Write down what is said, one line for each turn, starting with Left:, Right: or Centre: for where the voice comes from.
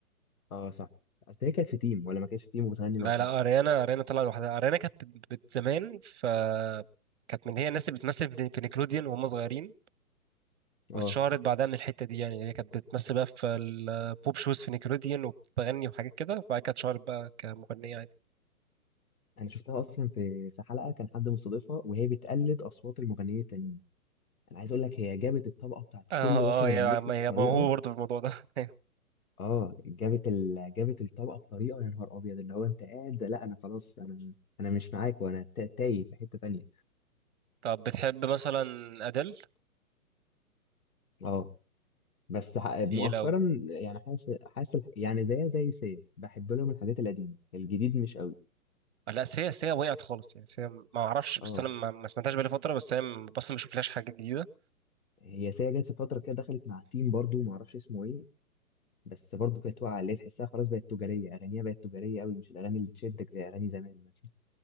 Left: اه صح اصل هي كانت في تيم ولا ما كانتش في تيم وبتغني لوحدها
Right: لا لا اريانا اريانا طلع لوحدها اريانا كانت بت بت- زمان ف كانت من هي الناس اللي بتمثل في في نيكلوديان وهم صغيرين واتشهرت
Left: اه
Right: بعدها من الحته دي يعني هي كانت بتمثل بقى في البوب شوز في نيكلوديان وبتغني وحاجات كده وبعد كده اتشهرت بقى كمغنيه عادي
Left: انا شفتها اصلا في في حلقه كان حد مستضيفها وهي بتقلد اصوات المغنيين التانيين انا عايز اقول لك هي جابت الطبقه بتاعت
Right: اه
Left: كل واحد
Right: اه هي
Left: غنت له بطريقه
Right: هي موهوبه برضه في الموضوع ده <laughs>
Left: اه جابت ال... جابت الطبقه بطريقه يا نهار ابيض اللي هو انت قاعد لا انا خلاص انا انا مش معاك وانا تا- تايه في حته تانيه
Right: طب بتحب مثلا ادل
Left: اه بس ح- مؤخرا
Right: تقيل قوي
Left: يعني حاسس حاسس الح- يعني زيها زي سيا بحب لهم الحاجات القديمه الجديد مش قوي
Right: لا سيا سيا وقعت خالص يعني سيا ما اعرفش بس
Left: اه
Right: انا ما ما سمعتهاش بقالي فتره بس هي م- اصلا ما شفتلهاش حاجه جديده
Left: هي سيا جت في فتره كده دخلت مع تيم برضو ما اعرفش اسمه ايه بس برضو كانت واقعه اللي هي تحسها خلاص بقت تجاريه اغانيها بقت تجاريه قوي مش الاغاني اللي تشدك زي اغاني زمان مثلا